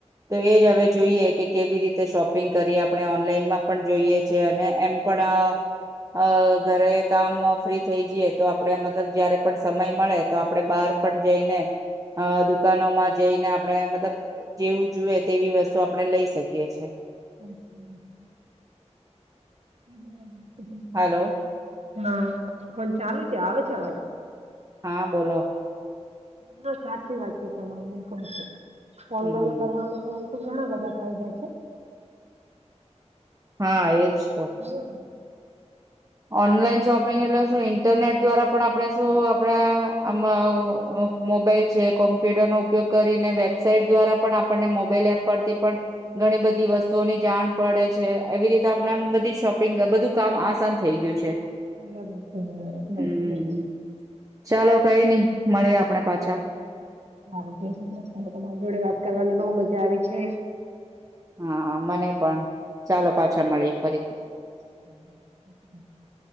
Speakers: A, on the right; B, on the right.
A: તો
B: સાચી
A: એજ અવે
B: વાત
A: જોઈએ
B: છે સાચી
A: કે કેવી રીતે શોપ પિંગ કરી આપણે ઓનલાઈનમાં પણ જોઈએ છીએ અને એમ પણ આ અ ઘરે કામ ફ્રી થઈ જઈએ તો આપણે મતલબ જયારે પણ સમય મળે તો આપડે બહાર પણ જઈને દુકાનોમાં જઈને આપણેે મતલબ અ જેવું જુએ તેવી વસ્તુ આપણે લઈ શકીએ છીએ.
B: સાચી વાત છે. આ બરાબર છે. તમારી
A: હાલો.
B: હા ફોન ચાલુ છે. આવે છે અવાજ
A: હા બોલો.
B: હ સાચી વાત છે તમારી એમ ક છું. ઓનલાઈન
A: હમ
B: કરવાનું તો આમ તો ઘણા બધા ફાયદા છે.
A: હા એજ તો.
B: હા.
A: ઓનલાઈન શોપિંગ એટલે શું ઇન્ટરનેટ દ્વારા પણ આપણે શું આપણા આમાં મોબાઈલ છે કોમ્પ્યુટરનો ઉપયોગ કરીને વેબસાાઈટ દ્વારા પણ આપણને મોબાઈલ એપ પરથી પણ ઘણી બધી વસ્તુઓની જાણ પડે છે એવી રીતે આપણે આમ બધી શોપિંગ બધું કામ આસાન થઈ ગયું છે.
B: બરાબર છે. બરાબર
A: હમ
B: સાચી વાત છે.
A: ચાલો કઈ નઈ મળી આપણે પાછા.
B: સારું જય શ્રી કૃષ્ણ. તમારી જોડે વાત કરવાની બવ મજા આવી છે.
A: હા મને પણ. ચાલો પાછા મળીએ ફરીથી.
B: હમ <inaudible>